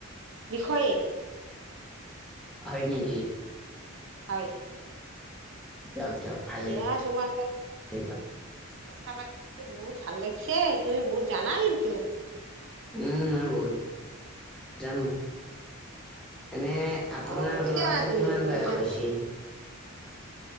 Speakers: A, on the right (about 60°); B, in the centre.
A: বিষয়ে
B: হয় নেকি?
A: হয়।
B: দিয়ক দিয়ক ভালে
A: দিয়া তোমাৰ লগ
B: দিয়ক
A: <unintelligible> কথা পাতি কিন্তু বহুত ভাল লাগিছে, তুমি বহুত জানা কিন্তু।
B: উম, মই বহুত জানো। এনে, আপোনাৰ
A: অ বহুত
B: ল'ৰাটোৰ
A: জানা তুমি
B: কিমান
A: বহুত
B: বয়স
A: জানা
B: হৈছে?